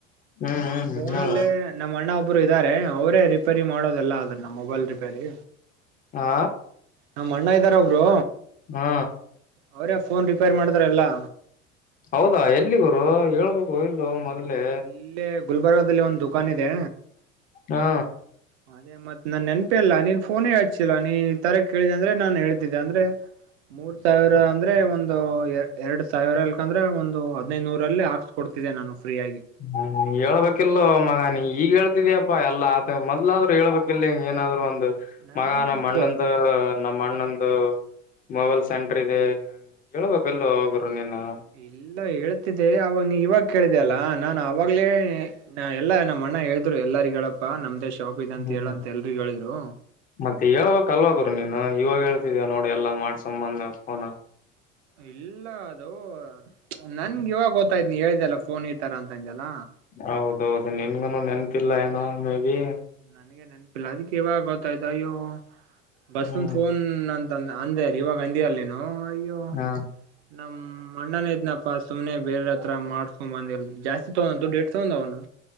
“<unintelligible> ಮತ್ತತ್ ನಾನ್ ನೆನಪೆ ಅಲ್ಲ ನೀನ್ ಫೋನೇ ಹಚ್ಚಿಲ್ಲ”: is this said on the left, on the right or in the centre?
Right